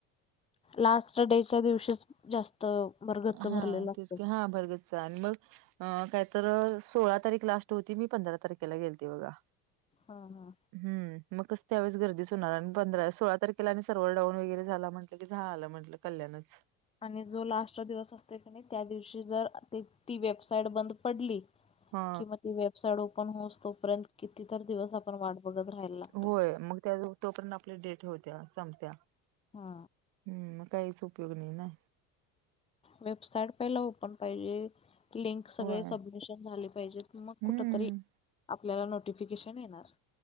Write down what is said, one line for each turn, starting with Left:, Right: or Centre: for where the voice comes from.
Left: लास्ट डेच्या दिवशीच जास्त भरगच्च भरलेलं
Right: हा
Left: असतय.
Right: तेच की हा भरगच्च. आणि मग अ काय तर सोळा तारीख लास्ट होती. मी पंधरा तारखेला गेलते बघा.
Left: हा हा.
Right: हम् मग कस त्यावेळेस गर्दीच होणार. आणि पंधरा सोळा तारखेला आणि सर्वर डाऊन वगैरे झाला म्हटलं, की झालं म्हटलं, कल्याणच.
Left: आणि जो लास्ट दिवस असतोय कणी त्या दिवशी जर ते ती वेबसाइट बंद पडली.
Right: हा
Left: किंवा ती वेबसाईट ओपन होवूस तोपर्यंत कितीतर दिवस आपण वाट बघत राहायला लागतय.
Right: होय मग त्या तोपर्यंत आपली डेट होत्या संपत्या.
Left: हा.
Right: हम्म मग काहीच उपयोग नाही ना.
Left: वेबसाईट पहिला ओपन पाहिजे. लिंक सगळे
Right: होय
Left: सबमिशन झाले पाहिजेत. मग
Right: हम्म.
Left: कुठ तरी आपल्याला नोटिफिकेशन येणार.